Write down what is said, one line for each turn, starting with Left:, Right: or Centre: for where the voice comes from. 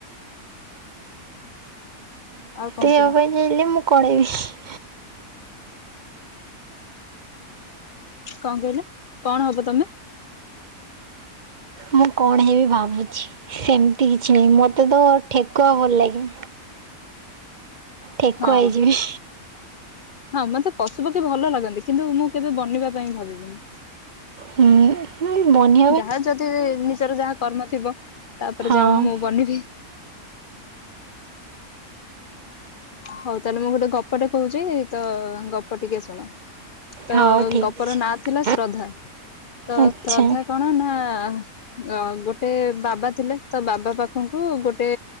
Left: ଆଉ! କଣ
Right: ଦେହବା
Left: କୁହ
Right: ପାଇଁ ଯାଇଲେ ମୁଁ କେଇବି <unintelligible>
Left: କଣ କହିଲେ, କଣ ହବ ତମେ?
Right: ମୁଁ କଣ ହେବି ଭାବୁଛି। ସେମିତି କିଛି ନାହିଁ ମୋତେ ତ ଠେକୁଆ ଭଲ ଲାଗେ। ଠେକୁଆ
Left: ହଁ
Right: ହେଇଯିବି।
Left: ହଁ ମତେ ପଶୁ ପକ୍ଷୀ ଭଲ ଲାଗନ୍ତି କିନ୍ତୁ ମୁଁ କେବେ ବନିବା ପାଇଁ ଭାବିବିନି।
Right: ହୁଁ ମନି <unintelligible>
Left: ଯାହାର ଯଦି ନିଜର ଯାହା କର୍ମ ଥିବ ତାପରେ
Right: ହଁ
Left: ଯାହା ମୁଁ ବନିବି। ହଉ ତାହେଲେ ମୁଁ ଗୋଟେ ଗପଟେ କହୁଛିି ତ ଗପ ଟିକେ ଶୁଣ। ତ
Right: ହଉ ଠିକ୍
Left: ଗପର
Right: ଅଛି।
Left: ନାଁ ଥିଲା ଶ୍ରଦ୍ଧା ତ
Right: ଆଚ୍ଛା
Left: ଶ୍ରଦ୍ଧା କଣ ନା ଅ ଗୋଟେ ବାବା ଥିଲେ ତ ବାବା ପାଖକୁ ଗୋଟେ